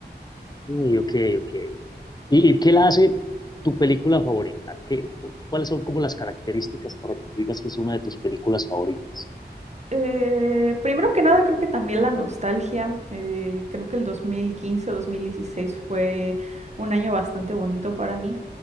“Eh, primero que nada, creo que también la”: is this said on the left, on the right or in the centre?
Right